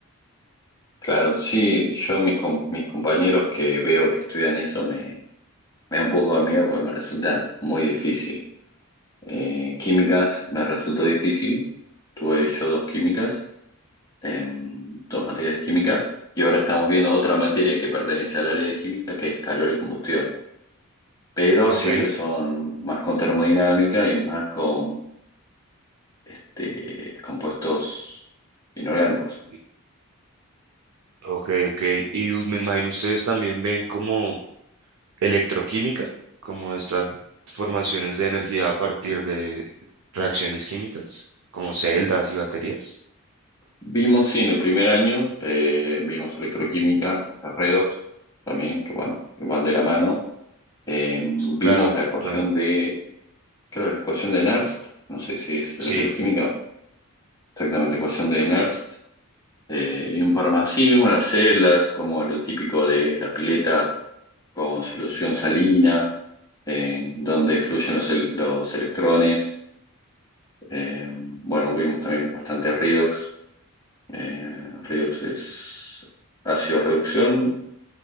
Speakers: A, on the left; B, on the right.
A: Claro, sí, yo mis, com- mis compañeros que veo que estudian eso me, me da un poco de miedo porque me resulta muy difícil. Eh, químicas me resultó difícil, tuve yo dos químicas, em, dos materias de química, y ahora estamos viendo otra materia que pertenece al área de química que es calor y combustión, pero
B: Ok,
A: siempre son más con termodinámica y más con este, compuestos inorgánicos.
B: y- ok, ok. Y us- me imagino ustedes también ven como electroquímica, como estas formaciones de energía a partir de reacciones químicas, como celdas y baterías.
A: Vimos, sí, en el primer año, eh, vimos electroquímica, redox también, que bueno, van de la mano. Eh, vimos
B: Claro,
A: la ecuación
B: claro,
A: de, creo que la ecuación de Nernst, no sé si es
B: sí,
A: electroquímica, exactamente, ecuación de Nernst, eh, y un par más. Sí, vimos las celdas, como el típico de la pileta con solución salina, en donde fluyen los, el- los electrones. Eh, bueno, vimos también bastante redox. Eh, redox es ácido reducción,